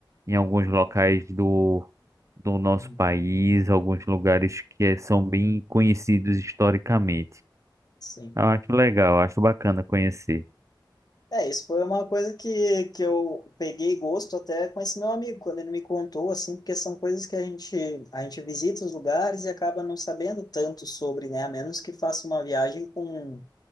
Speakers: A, on the right; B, on the left.
A: em alguns locais do, do nosso
B: Uhum.
A: país, alguns lugares que eh, são bem conhecidos historicamente.
B: Sim.
A: Eu acho legal, acho bacana conhecer.
B: É, isso foi uma coisa que, que eu peguei gosto até com esse meu amigo, quando ele me contou, assim, porque são coisas que a gente, a gente visita os lugares e acaba não sabendo tanto sobre, né? A menos que faça uma viagem com